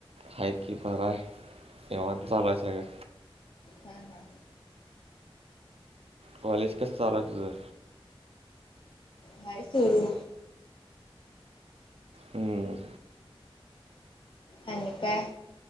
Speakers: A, on the right; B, on the left.
A: हाईक किपर आहे, तेव्हाच चालू आहे सगळे.
B: हा हा.
A: कॉलेज कसं चालू आहे तुझं?
B: बाय सोनू.
A: हू हू.
B: आणि काय